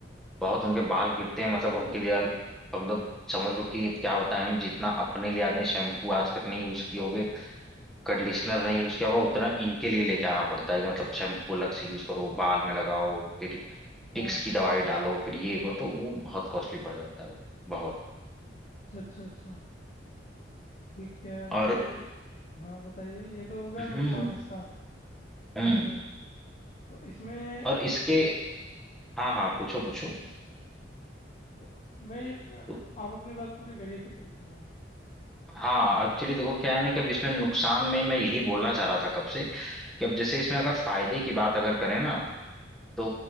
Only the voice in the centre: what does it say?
बहुत
उनके बाल गिरते हैं मतलब उनके लिए अल- मतलब समझ लो कि अब क्या बताएं हम जितना अपने लिए आदमी शैम्पू आज तक नहीं यूज किए होगे कंडीशनर नहीं यूज किया होगा उतना इनके लिए लेके आना पड़ता है कि मतलब शैम्पू अलग से यूज करो बाल में लगाओ फिर टिक्स
की दवाई डालो फिर ये करो तो वो बहुत कॉस्टली पड़ जाता है वो बहुत
और
हम्म
हम्म
और इसके
हाँ हाँ पूछो पूछो
तो
हाँ एक्चुअली देखो क्या है ना कि अब इसमें नुकसान में मैं यही बोलना चाह रहा था कब से कि अब जैसे इसमें अगर फायदे की बात अगर करें ना तो